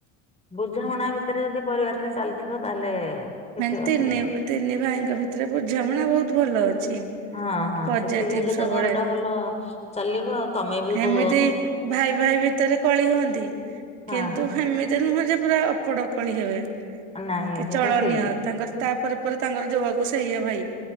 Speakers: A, on the left; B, on the right.
A: ବୁଝାମଣା ଭିତରେ ଯଦି ପରିବାର ଚାଲିଥିବ ତାହେଲେ କିଛି
B: ମାନେ
A: ଅସୁବିଧା
B: ତିନି
A: ନାହିଁ।
B: ତିନି ଭାଇଙ୍କ ଭିତରେ ବୁଝାମଣା ବହୁତ ଭଲ ଅଛି।
A: ହଁ ହଁ
B: ପଜିଟିଭ
A: ସେତିକି ହେଲେ
B: ସବୁବେଳେ
A: ତ ଘରଟା ଭଲ ଚାଲିବ ଆଉ ତମେ ବି
B: ଏମିତି
A: କ
B: ଭାଇ ଭାଇ ଭିତରେ କଳି ହୁଅନ୍ତି।
A: ହଁ।
B: କିନ୍ତୁ ହେମିତି ନୁହଁ ଯେ ପୁରା ଅପଡ କଳି ହେବେ,
A: ନାଇଁ
B: କି
A: ସେଇଟା
B: ଚଳନୀୟ।
A: ଠିକ
B: ତାଙ୍କର ତାପରେ ପରେ ତାଙ୍କର ଜୋଆକୁ ସେଇଆ ଭାଇ